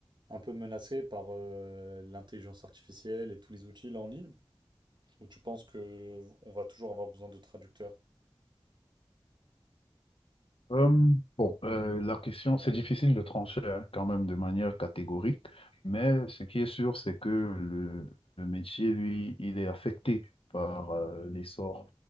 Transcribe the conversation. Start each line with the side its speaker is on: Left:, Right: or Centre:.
Right: un peu menacé par euh, l'intelligence artificielle et tous les outils là en ligne? Ou tu penses que on va toujours avoir besoin de traducteurs?
Left: Euh, bon, euh, la question, c'est difficile de trancher hein, quand même de manière catégorique, mais ce qui est sûr, c'est que le, le métier, lui, il est affecté par euh, l'essor